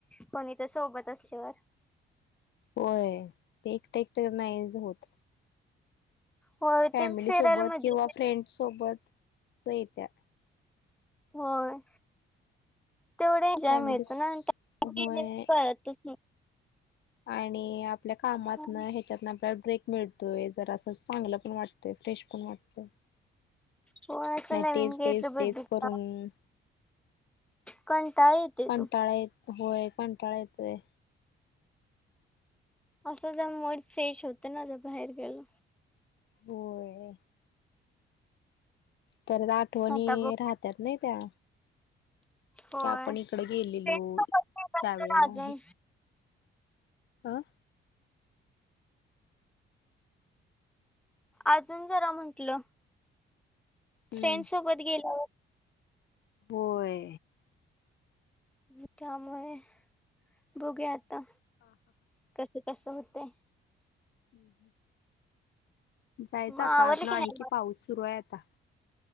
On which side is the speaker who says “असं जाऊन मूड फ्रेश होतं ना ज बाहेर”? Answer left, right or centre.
Centre